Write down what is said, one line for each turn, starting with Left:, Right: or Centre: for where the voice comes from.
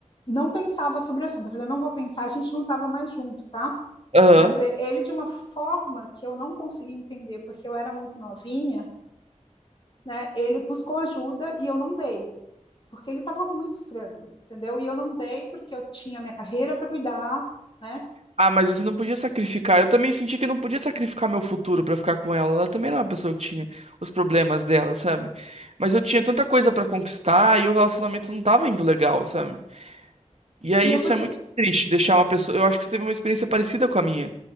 Left: não pensava sobre o assunto. Eu falei, eu não vou pensar, a gente não estava mais junto, tá?
Right: Aham.
Left: Mas ele, de uma forma que eu não consegui entender, porque eu era muito novinha, né? Ele buscou ajuda e eu não dei, porque ele estava muito estranho, entendeu? E eu não dei porque eu tinha minha carreira para cuidar, né?
Right: Ah, mas você não podia sacrificar. Eu também senti que eu não podia sacrificar meu futuro pra ficar com ela. Ela também era uma pessoa que tinha os problemas dela, sabe? Mas eu tinha tanta coisa pra conquistar e o relacionamento não tava indo legal, sabe? E aí
Left: E eu
Right: isso
Left: vou te.
Right: é muito triste, deixar uma pessoa. Eu acho que você teve uma experiência parecida com a minha.